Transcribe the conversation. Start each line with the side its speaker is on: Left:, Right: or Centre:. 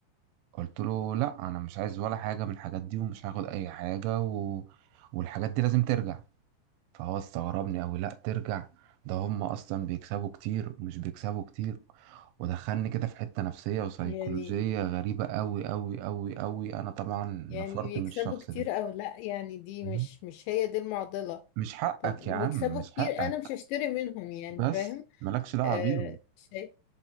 Right: قلت له لا انا مش عايز ولا حاجة من الحاجات دي ومش هاخد اي حاجة و... والحاجات دي لازم ترجع فهو استغربني أوي لأ ترجع ده هم أصلا بيكسبوا كتير ومش بيكسبوا كتير ودخلني كده في حتة نفسية وسيكولوجية
Left: يعني
Right: غريبة أوي أوي أوي أوي أنا طبعا
Left: يعني
Right: نفرت
Left: بيكسبوا
Right: من الشخص
Left: كتير
Right: ده
Left: او لا يعني دي
Right: مم.
Left: مش مش هي دي المعضلة
Right: مش حقك
Left: طب
Right: يا عم
Left: بيكسبوا
Right: مش
Left: كتير
Right: حقك
Left: انا مش هشتري منهم يعني
Right: بس
Left: فاهم
Right: مالكش دعوة
Left: آه
Right: بيهم
Left: شيء